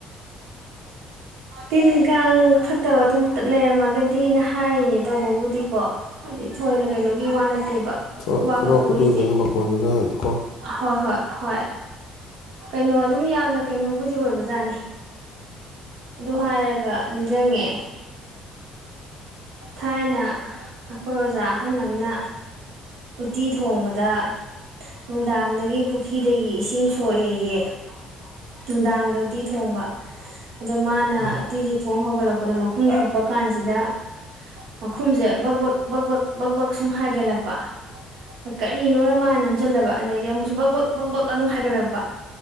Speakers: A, on the right; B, on the left.
A: ꯇꯤꯟꯀꯥꯡ ꯐꯠꯇꯕ ꯑꯗꯨꯝ ꯂꯩꯔꯝꯃꯒꯗꯤꯅ ꯍꯥꯏꯔꯤꯅꯦ ꯇꯧꯕꯕꯨꯗꯤꯀꯣ ꯍꯥꯏꯗꯤ ꯊꯣꯏꯅ ꯀꯩꯅꯣꯒꯤ ꯋꯥ ꯅꯠꯇꯦꯕ
B: ꯣꯏ
A: ꯈꯨꯕꯥꯛꯀ
B: ꯈꯨꯕꯥꯛ
A: ꯈꯨꯔꯤꯁꯦ
B: ꯐꯇꯣꯏꯗꯨꯅ ꯃꯈꯣꯟꯗꯨꯅ ꯀꯣ
A: ꯍꯣꯏ ꯍꯣꯏ ꯍꯣꯏ ꯀꯩꯅꯣ ꯑꯗꯨꯝ ꯌꯥꯝꯅ ꯀꯩꯅꯣꯕꯨꯗꯤ ꯑꯣꯏꯕꯖꯥꯠꯅꯤ ꯑꯗꯨ ꯍꯥꯏꯔꯒ ꯅꯤꯡꯖꯡꯉꯦ ꯊꯥꯏꯅ ꯑꯩꯈꯣꯏ ꯑꯣꯖꯥ ꯑꯍꯜ ꯑꯃꯅ ꯎꯠꯇꯤ ꯊꯣꯡꯕꯗ ꯅꯨꯡꯗꯥꯡꯗꯒꯤ ꯄꯨꯈ꯭ꯔꯤꯗꯒꯤ ꯏꯁꯤꯡ ꯁꯣꯛꯑꯦꯌꯦ ꯅꯨꯡꯗꯥꯡꯗ ꯎꯇꯤ ꯊꯣꯡꯕ ꯑꯗꯣ ꯃꯥꯅ
B: ꯎꯝ
A: ꯑꯇꯤꯒꯤ ꯊꯣꯡ ꯍꯧꯒꯠꯂꯛꯄꯗ ꯃꯈꯨꯝ ꯀꯨꯞꯄ ꯀꯥꯟꯁꯤꯗ ꯃꯈꯨꯝꯁꯦ ꯕꯛꯕꯛ ꯕꯛꯕꯛ ꯕꯛꯕꯛ ꯁꯨꯝ ꯍꯥꯏꯒꯠꯂꯛꯄ ꯀꯔꯤꯅꯣꯅ ꯃꯥꯅ ꯅꯝꯁꯤꯜꯂꯕ ꯑꯗꯩꯗꯤ ꯑꯃꯨꯛꯁꯨ ꯄꯛꯕꯛ ꯄꯛꯕꯛ ꯑꯗꯨꯝ ꯍꯥꯏꯒꯠꯂꯛꯄ